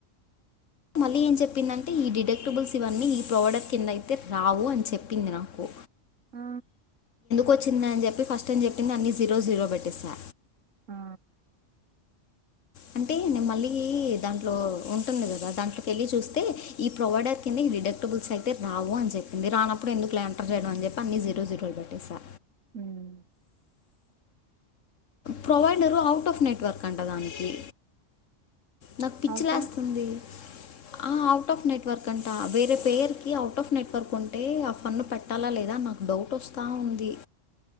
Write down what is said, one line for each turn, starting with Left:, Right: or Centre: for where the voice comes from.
Left: మళ్ళీ ఏం చెప్పిందంటే ఈ డిటక్టబుల్స్ ఇవన్నీ ఈ ప్రోడక్ట్ కిందైతే రావు అని చెప్పింది నాకు
Right: ఆ
Left: వచ్చింద అని చెప్పి ఫస్ట్ అని చెప్పింది అన్ని జీరో జీరో పెట్టిస్తా
Right: ఆ
Left: అంటే మళ్ళీ దాంట్లో ఉంటుంది కదా దాంట్లోకి వెళ్ళి చూస్తే ఈ ప్రొవైడర్ కింద రిడక్టబుల్స్ అయితే రావు అని చెప్పింది రానప్పుడు ఎందుకులే ఎంటర్ చేయడం అని చెప్పి అన్నిీ జీరో జీరోలు పెట్టేసా
Right: హ్మ్
Left: ప్రొవైడరు ఔట్ ఆఫ్ నెట్వర్క్ అంట దానికి నాకు పిచ్చిలేస్తుంది
Right: అవుట
Left: ఆ అవుట్ ఆఫ్ నెట్వర్క్ అంటా వేరే పేరుకి అవుట్ ఆఫ్ నెట్వర్క్ ఉంటే ఆ ఫన్ను పెట్టాలా లేదా అని అను డౌట్ వస్తా ఉంది